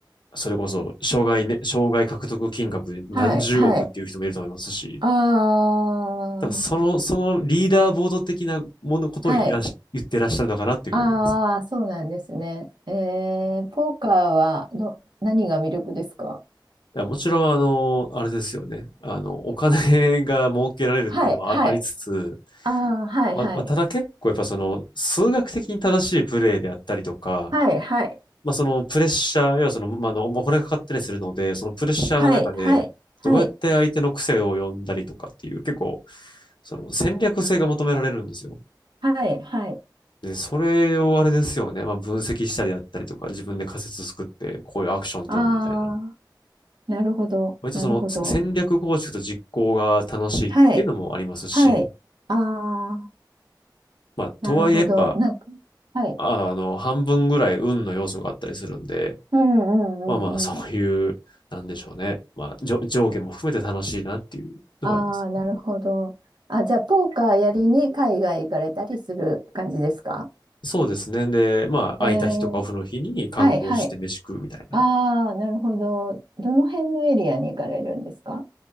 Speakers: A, on the left; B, on the right.
A: それこそ、障害ね、障害獲得金額何十億っていう人もいると思いますし、
B: はい。はい。ああ、
A: ただその、そのリーダーボード的なものことをいらし言ってらっしゃるのかなっていうふうに思います。
B: はい。ああ、そうなんですね。えー、ポーカーは、ど、何が魅力ですか
A: いや、もちろん、あの、あれですよね。あの、お金が儲けられるっていうのはあありつつ、
B: はい。はい。ああ、はい。
A: ま、
B: はい。
A: まあ、ただ結構やっぱその数学的に正しいプレーであったりとか、
B: はい、はい、
A: まあ、そのプレッシャー、要はその、まあ、あの、お金がかかったりするので、そのプレッシャーの中で、
B: はい、はい、はい、
A: どうやって相手の癖を読んだりとかっていう、結構、その戦略性が求められるんですよ。
B: はい、はい。
A: で、それをあれですよね、まあ、分析したりだったりとか、自分で仮説作って、こういうアクション取るみたいな。
B: あー、なるほど、
A: 割とそのせ戦略構築と実行が楽しいっていうのもありますし、
B: なるほど。はい、はい。あ
A: まあ、とはいえやっぱ、
B: ー、なるほど。なんか、はい。
A: ああの、半分ぐらい運の要素があったりするんで、
B: うんうんうんうん。
A: まあまあ、そういう、なんでしょうね。まあ、じ上下も含めて楽しいなっていうのはあります。
B: あー、なるほど。あ、じゃあ、ポーカーやりに海外行かれたりする感じですか
A: そうですね。で、まあ、空いた日とかオフの日に観光して飯食うみたいな。
B: えー、はい、はい。あー、なるほど。どの辺のエリアに行かれるんですか